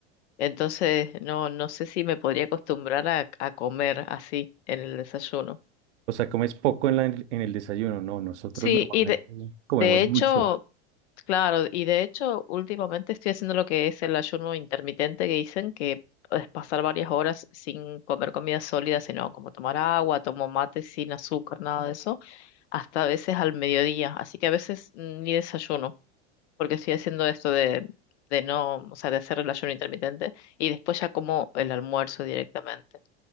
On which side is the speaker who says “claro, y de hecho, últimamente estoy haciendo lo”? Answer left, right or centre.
Left